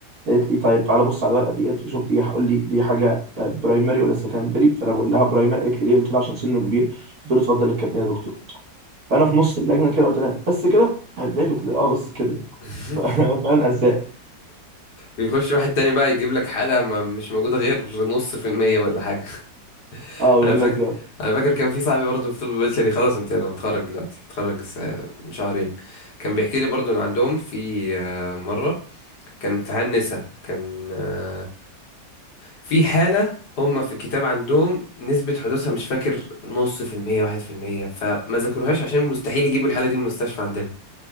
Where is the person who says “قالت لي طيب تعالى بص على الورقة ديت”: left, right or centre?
Right